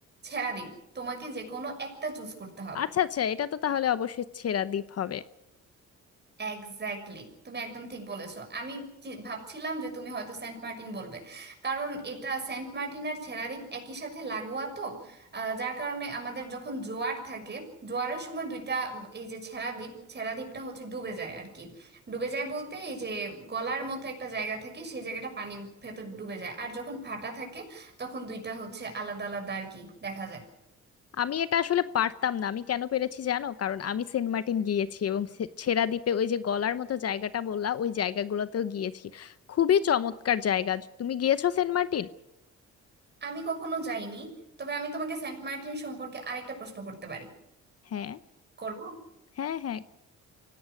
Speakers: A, on the right; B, on the left.
A: ছেড়াদ্বীপ তোমাকে যে কোনো একটা চুজ করতে হবে
B: আচ্ছা আচ্ছা এটা তো তাহলে অবশ্যই ছেড়া দ্বীপ হবে
A: এক্স্যাক্টলি তুমি একদম ঠিক বলেছো আমি চি- ভাবছিলাম যে তুমি হয়তো সেন্ট মার্টিন বলবে কারণ এটা সেন্ট মার্টিন আর ছেড়াদ্বীপ একই সাথে লাগোয়া তো আহ, যার কারণে আমাদের যখন জোয়ার থাকে জোয়ারের সময় দুইটা উম, এই যে ছেড়াদ্বীপ ছেড়াদ্বীপটা হচ্ছে ডুবে যায় আর কি ডুবে যায় বলতে এই যে গলার মতো একটা জায়গা থাকে সেই জায়গাটা পানির ভেতর ডুবে যায় আর যখন ফাটা থাকে তখন দুইটা হচ্ছে আলাদা আলাদা আর কি দেখা যায়
B: আমি এটা আসলে পারতাম না আমি কেন পেরেছি জানো কারণ আমি সেন্ট মার্টিন গিয়েছি এবং সে- ছেড়া দ্বীপে ওই যে গলার মতো জায়গাটা বললা ওই জায়গাগুলোতেও গিয়েছি খুবই চমৎকার জায়গা তুমি গিয়েছো সেন্ট মার্টিন
A: আমি কখনো যাইনি তবে আমি তোমাকে সেন্ট মার্টিন সম্পর্কে আরেকটা প্রশ্ন করতে পারি
B: হ্যাঁ
A: করব
B: হ্যাঁ হ্যাঁ